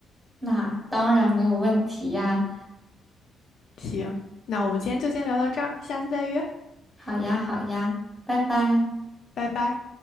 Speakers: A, in the centre; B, on the left.
A: 那当然没有问题呀，
B: 行，那我们今天就先聊到这儿，下次再约，
A: 好呀好呀，拜拜。
B: 拜拜。